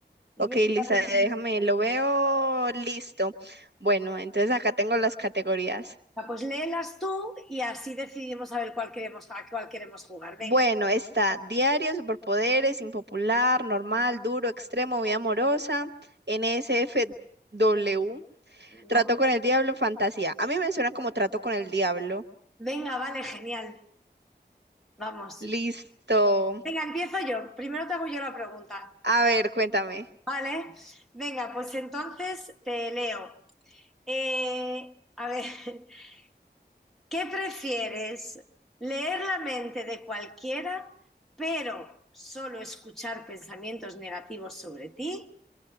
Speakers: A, in the centre; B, on the right.
A: Dime
B: Ok, Lisa.
A: si lo has recibido.
B: déjame, lo veo listo. Bueno, entonces acá tengo las categorías.
A: Ah, pues léelas tú y así decidimos a ver cuál queremos, a cuál queremos jugar. Venga,
B: Bueno, está diario, superpoderes, impopular, normal, duro, extremo, vida amorosa, NSFW,
A: no.
B: trato con el diablo, fantasía. A mí me suena como trato con el diablo.
A: Venga, vale, genial. Vamos.
B: Listo.
A: Venga, empiezo yo. Primero te hago yo la pregunta.
B: A ver, cuéntame.
A: Vale. Venga, pues entonces te leo. Eh, a ver, <laughs> ¿qué prefieres? ¿Leer la mente de cualquiera, pero solo escuchar pensamientos negativos sobre ti?